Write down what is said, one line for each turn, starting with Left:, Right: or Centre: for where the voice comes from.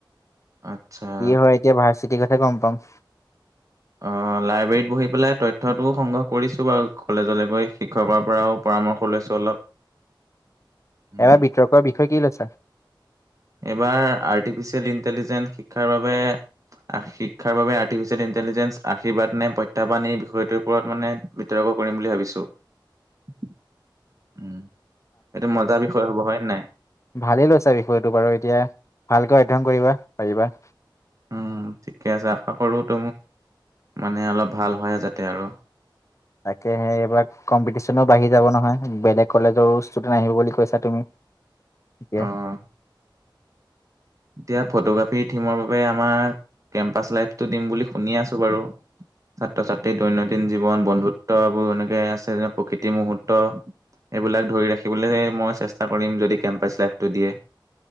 Right: আচ্ছা।
Left: কি হয় এতিয়া ভাৰ্চিটিৰ কথা গম পাম
Right: অ লাইব্ৰেৰীত বহি পেলাই তথ্যটোও সংগ্ৰহ কৰিছো বাৰু কলেজলৈ গৈ শিক্ষকৰ পৰাও পৰামৰ্শ লৈছো অলপ উম,
Left: এবাৰ বিতৰ্কৰ বিষয়ে কি লৈছা
Right: এইবাৰ আৰ্টিফিচিয়েল ইণ্টেলিজেন্ঞ্চ শিক্ষাৰ বাবে আ শিক্ষাৰ বাবে আৰ্টিফিচিয়েল ইণ্টেলিজেন্ঞ্চ আশীৰ্বাদ নে প্ৰত্যাহ্বান এই বিষয়টোৰ ওপৰত মানে বিতৰ্ক কৰিম বুলি ভাবিছো উম এইটো মজাৰ বিষয় হ'ব হয় নে নাই
Left: ভালে লৈছা বিষয়টো বাৰু এতিয়া ভালকে অধ্যয়ন কৰিবা পাৰিবা
Right: উম ঠিকে আছে আশা কৰো ত মানে অলপ ভাল হয় যাতে আৰু
Left: তাকে সেই এইবাৰ কম্পিটিশ্যনো বাঢ়ি যাব নহয় বেলেগ কলেজৰো ষ্টুডেন্ট আহিব বুলি কৈছা তুমি ঠিকে
Right: অ'। এতিয়া ফটোগ্ৰাফীৰ থিমৰ বাবে আমাৰ কেম্পাছ লাইটটো দিম বুলি শুনি আছো বাৰু ছাত্ৰ ছাত্ৰী দৈনন্দিন জীৱন বন্ধুত্ববোৰ এনেকে আছে যে প্ৰকৃতি মুহূৰ্ত এইবিলাক ধৰি ৰাখিবলে মই চেষ্টা কৰিম যদি কেম্পাছ লাইফটো দিয়ে